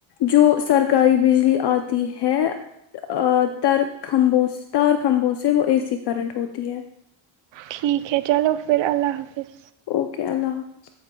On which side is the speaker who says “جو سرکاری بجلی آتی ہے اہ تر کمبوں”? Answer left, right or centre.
Left